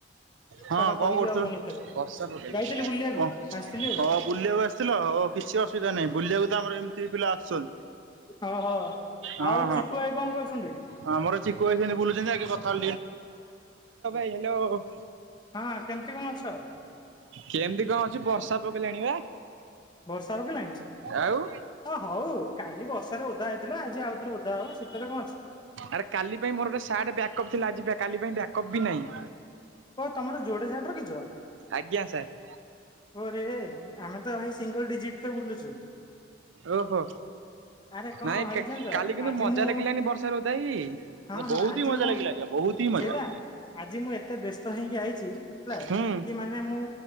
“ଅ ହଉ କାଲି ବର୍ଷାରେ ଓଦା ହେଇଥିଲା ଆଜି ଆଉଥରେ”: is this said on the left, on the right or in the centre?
Left